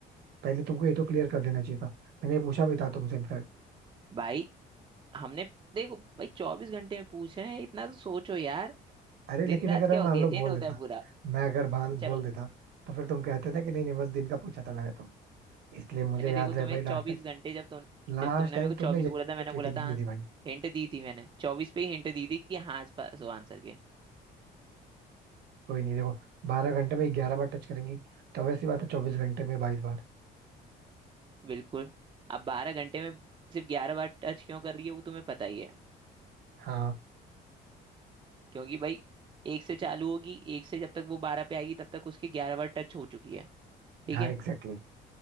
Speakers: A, on the right; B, on the right.
A: पहले तुमको ये तो क्लियर कर देना चाहिए था मैंने ये पूछा भी था तुमसे इनफैक्ट
B: भाई हमने देखो भाई चौबीस घंटे में पूछे हैं इतना तो सोचो यार
A: अरे
B: दिन
A: लेकिन
B: रात
A: अगर
B: क्या
A: मैं मान
B: होती है
A: लो बोल
B: दिन होता
A: देता
B: है पूरा
A: मैं अगर बाल
B: चलो
A: बोल देता तो फिर तुम कहते ना कि नहीं नहीं बस दिन का पूछा था मैंने तो इसलिए मुझे
B: मैंने
A: याद
B: देखो तुम्हें
A: रहे भाई लास्ट
B: चौबीस
A: टाइम
B: घंटे जब तुम
A: लास्ट
B: जब तुमने
A: टाइम
B: मेरे को
A: तुमने
B: चौबीस
A: ये
B: बोला
A: बोल
B: था मैंने
A: के चीटिंग
B: बोला था
A: की
B: हाँ,
A: थी भाई
B: हिंट दी थी मैंने चौबीस पे ही हिंट दी थी कि हाँ इस पास हो आंसर के
A: कोई नहीं देखो बारह घंटे में ग्यारह बार टच करेंगी तो वैसी बात है चौबीस घंटे में बाईस बार
B: बिल्कुल अब बारह घंटे में सिर्फ ग्यारह बार टच क्यों कर रही है वो तुम्हें पता ही है
A: हाँ
B: क्योंकि भाई एक से चालू होगी एक से जब तक वो बारह पे आएगी तब तक उसकी ग्यारह बार टच हो चुकी है ठीक
A: हाँ
B: है
A: एग्जैक्टली